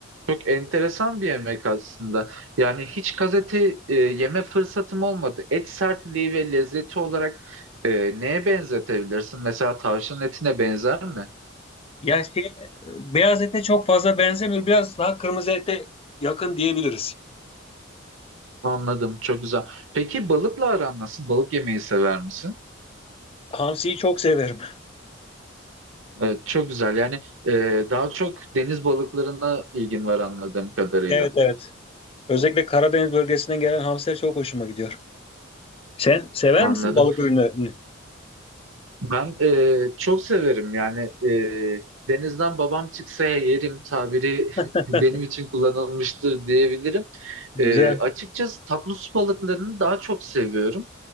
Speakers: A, on the right; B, on the left.
A: Çok enteresan bir yemek aslında. Yani hiç gazete e, yeme fırsatım olmadı. Et sertliği ve lezzeti olarak e, neye benzetebilirsin? Mesela tavşanın etine benzer mi?
B: Ya şey e, beyaz ete çok fazla benzemiyor. Biraz daha kırmızı ete Yakın diyebiliriz.
A: Anladım, çok güzel. Peki balıkla aran nasıl? Balık yemeyi sever misin?
B: Hamsiyi çok severim.
A: E, çok güzel. Yani e, daha çok deniz balıklarına ilgin var anladığım kadarıyla.
B: Evet evet. Özellikle Karadeniz bölgesinden gelen hamsiler çok hoşuma gidiyor. Sen sever
A: Anladım.
B: misin balık ürünlerini?
A: Ben e, çok severim. Yani e, denizden babam çıksa yerim tabiri <laughs>
B: <laughs>
A: benim için kullanılmıştır diyebilirim.
B: Güzel.
A: E, açıkçası tatlı su balıklarını daha çok seviyorum.